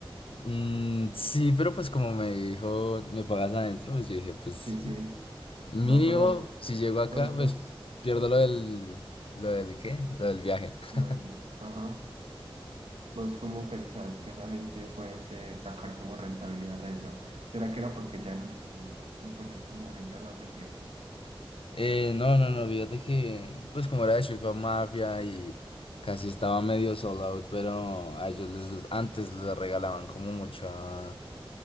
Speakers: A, on the left (about 70°); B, on the right (about 80°).
A: Mm, sí, pero pues como me dijo, me pagas adentro, pues yo dije, pues.
B: Sí, sí.
A: Mínimo,
B: No, pero
A: si llego
B: vos,
A: acá, pues
B: vos,
A: pierdo lo del, lo del qué, lo del viaje. <laughs>
B: lo del- ajá. ¿Vos cómo pensás que esa gente puede se- sacar como rentabilidad de eso? ¿Será que era porque ya el último día? Y pues es como véndala o se pierde.
A: Eh, no, no, no, fíjate que, pues como era de Chifa Mafia y casi estaba medio sold out, pero a ellos les, antes les regalaban como mucha,